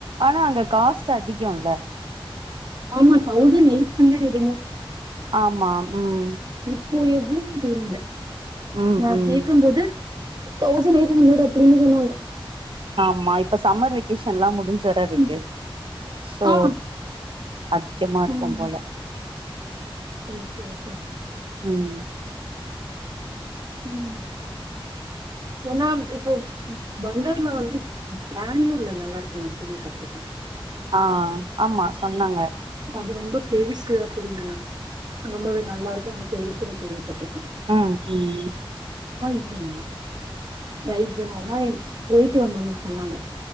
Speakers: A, on the right; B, on the right.
A: ஆனா அங்க காஸ்ட் அதிகம்ல்ல
B: ஆமா தௌசண்ட் எயிட் ஹண்டரட் இரு
A: ஆமா உம்
B: இப்போ எப்டினு தெரியல
A: ம்
B: நா
A: ம்
B: கேக்கும் போது தௌசண்ட் எயிட் ஹண்ட்ரட் அப்படின்னு சொன்னாங்க
A: ஆமா இப்ப சம்மர் வெகேஷன் எல்லாம் முடிஞ்ச ஜரா இருக்கு
B: ம்
A: சோ
B: ஆ
A: அதிகமா இருக்கும்
B: ம்
A: போல
B: ஓகே ஓகே
A: உம்
B: உம் ஏன்னா இப்ப வண்டர்ல வந்து பெங்களூர்ல நல்லா இருக்கும் நான் கேள்வி பாட்ருக்கேன்
A: ஆஹ் ஆமா சொன்னாங்க
B: அது ரொம்ப பெருசு அப்படின்னாங்க ரொம்பவே நல்லா எல்கம் கிரின் பட்டை
A: ஆஹ் உஹம்
B: இல்லையா ரைட் வேணா நைஹ் போயிட்டு வந்தாவங்க சொன்னாங்க